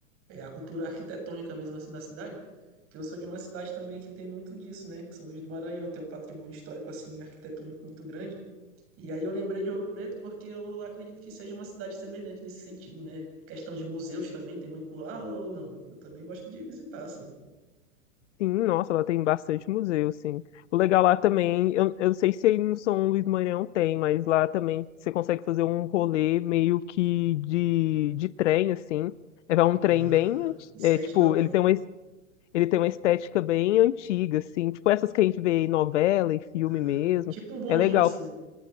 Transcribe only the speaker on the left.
Sim, nossa, ela tem bastante museu, sim. O legal lá também, eu, eu não sei se aí no São Luís do Maranhão tem, mas lá também você consegue fazer um rolê meio que de, de trem, assim. É é um trem
bem, anti-
é,
tipo,
ele tem uma, es- ele tem uma estética bem antiga, assim. Tipo essas que a gente vê em novela e filme
mesmo.
É legal.